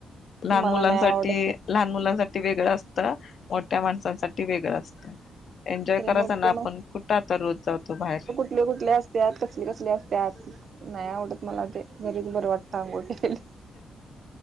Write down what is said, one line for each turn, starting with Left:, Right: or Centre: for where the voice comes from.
Left: लहान
Right: मला
Left: मुलांसाठी
Right: नाही आवडत ते.
Left: लहान मुलांसाठी वेगळां अस मोठ्या माणसाांसाठी वेगळं असतं एन्जॉय
Right: तरी
Left: करायचा
Right: मोठी
Left: ना आपण कुठं आता रोज जातो बाहेर
Right: कुठले कुठले असत कसले कसले असत नाही आवडत मला ते घरीच बरं वाटतं आंघोठ्याला